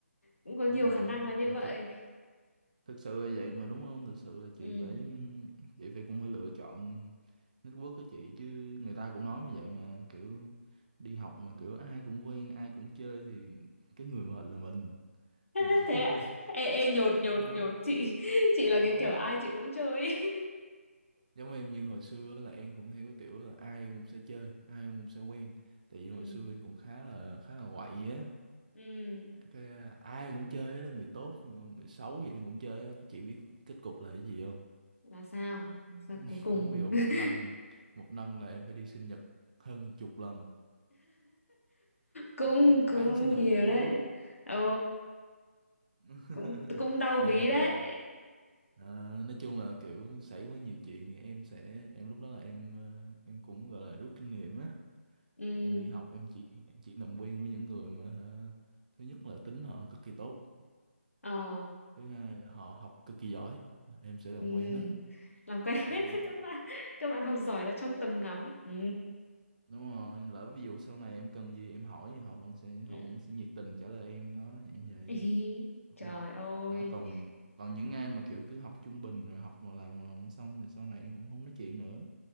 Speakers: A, on the left; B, on the right.
A: cũng có nhiều
B: đúng rồi
A: khả năng là như
B: mà
A: vậy
B: thực thực sự là vậy mà đúng không thực sự là chị
A: ừ
B: phải chị phải cũng phải lựa chọn network của chị chứ người ta cũng nói mà vậy mà kiểu đi học mà kiểu ai cũng quen ai cũng chơi thì cái người mệt là mình
A: <laughs>
B: mình cứ
A: thế á
B: <laughs>
A: ê, ê nhột nhột
B: Ờ,
A: nhột chị <laughs> chị là cái
B: giống
A: kiểu ai chị cũng chơi ý. <laughs>
B: giống em như hồi xưa là em cũng theo cái kiểu là ai em cũng sẽ chơi ai em cũng sẽ quen tại vì hồi
A: ừ
B: xưa em cũng khá là khá là quậy á
A: ừ
B: cái à, ai em cũng chơi đó người tốt người xấu vậy em cũng chơi á cái chị biết kết cục là cái gì không
A: là sao sao cuối
B: <laughs>
A: cùng
B: ví dụ
A: <laughs>
B: một năm một năm là em phải đi sinh nhật hơn chục lần
A: cũng
B: một một
A: cũng
B: tháng sinh nhật
A: nhiều
B: một đứa
A: đấy ồ
B: <laughs>
A: cũng cũng đau
B: cho
A: ví
B: nên là
A: đấy
B: ờ, nói chung là kiểu xảy quá nhiều chuyện thì em sẽ em lúc đó là em ờ, em cũng gọi là rút kinh nghiệm á
A: <laughs> ừ
B: thì em đi học em chỉ em chỉ làm quen với những người mà hả, thứ nhất là tính họ cực kỳ tốt
A: ờ
B: thứ hai là họ học cực kỳ giỏi em sẽ làm
A: ừ
B: quen hết
A: làm quen hết
B: Đó.
A: <laughs> các bạn các bạn học giỏi là trong tầm ngắm ừ
B: đúng rồi lỡ ví dụ sau này em cần gì em hỏi thì họ vẫn sẽ
A: Ừ.
B: họ vẫn sẽ nhiệt tình trả lời em đó vậy
A: <laughs>
B: vậy
A: Ý,
B: Đúng
A: trời
B: rồi.
A: ơi
B: đó còn còn những ai mà kiểu cứ học trung bình rồi học mà làm là không xong thì sau này em cũng không nói chuyện nữa